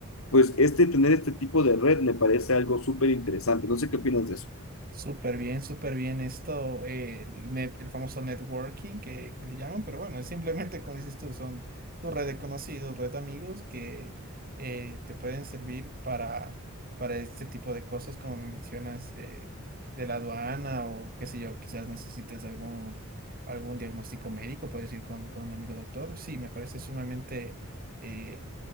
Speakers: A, on the left; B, on the right.
A: pues este, tener este tipo de red me parece algo súper interesante. No sé qué opinas de eso.
B: Súper bien, súper bien esto, eh, el, net- el famoso networking que, que le llaman, pero bueno, es simplemente como dices tú, son tu red de conocidos, red de amigos que eh, te pueden servir para, para este tipo de cosas, como me mencionas, eh, de la aduana o qué sé yo, quizás necesites algún, algún diagnóstico médico, puedes ir con, con un amigo doctor. Sí, me parece sumamente eh,